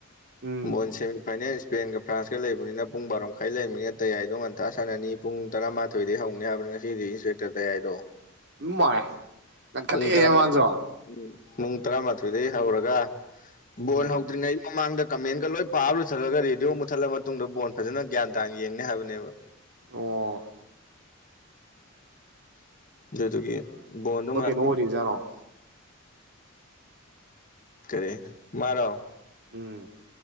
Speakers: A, on the right; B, on the left.
A: ꯎꯝ
B: ꯕꯣꯟ ꯁꯤꯃꯤ ꯐꯥꯏꯅꯦꯜ ꯏꯁꯄꯦꯟꯒ ꯐ꯭ꯔꯥꯟꯁꯀ ꯂꯩꯕꯅꯤꯅ ꯄꯨꯡ ꯕꯥꯔꯣ ꯃꯈꯥꯏ ꯂꯩꯕꯅꯤꯅ ꯇꯌꯥꯏꯗꯣ ꯉꯟꯇꯥ ꯁꯥꯅꯅꯤ ꯄꯨꯡ ꯇꯔꯥ ꯊꯣꯏꯗꯤ ꯍꯧꯅꯤ ꯍꯥꯏꯕꯅꯤ ꯉꯁꯤꯗꯤ ꯏꯟꯁꯄꯦꯛꯇꯔ ꯇꯌꯥꯏꯗꯣ
A: ꯃꯥꯏ ꯅꯪ ꯈꯜꯂꯛꯑꯦ
B: ꯄꯨꯡ ꯇꯔꯥꯃꯥ
A: ꯃꯥꯁꯨ
B: ꯎꯝ ꯄꯨꯡ ꯇꯔꯥꯃꯥꯊꯣꯏꯗꯩ ꯍꯧꯔꯒ ꯕꯣꯜ
A: ꯎꯝ
B: ꯍꯧꯗ꯭ꯔꯤꯉꯩꯒꯤ ꯃꯃꯥꯡꯗ ꯀꯃꯦꯟꯒ ꯂꯣꯏ ꯄꯥꯕ ꯂꯣꯏꯊꯠꯂꯒ ꯔꯦꯗꯤꯑꯣ ꯃꯨꯠꯊꯠꯂ ꯃꯇꯨꯡꯗ ꯕꯣꯟ ꯐꯖꯅ ꯒ꯭ꯌꯥꯟ ꯇꯥꯅ ꯌꯦꯡꯅꯤ ꯍꯥꯏꯕꯅꯦꯕ
A: ꯑꯣ
B: ꯗꯨꯀꯤ ꯕꯣꯟ ꯅꯨꯡꯉ
A: ꯅꯣꯔꯤꯖꯥꯔꯣ
B: ꯀꯔꯦ ꯃꯥꯔ
A: ꯎꯝ